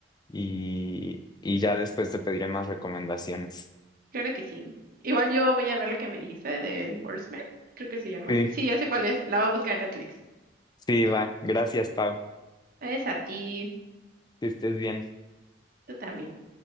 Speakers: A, on the left (about 25°); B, on the right (about 55°).
A: y, y ya después te pediré más recomendaciones.
B: claro que sí. Igual yo voy a ver la que me dijiste del Horseman, creo que se llama.
A: Sí,
B: Sí, ya sé cuál es. La voy a buscar en Netflix.
A: sí, va. Gracias, Pau.
B: Es a ti.
A: Que estés bien.
B: Tú también.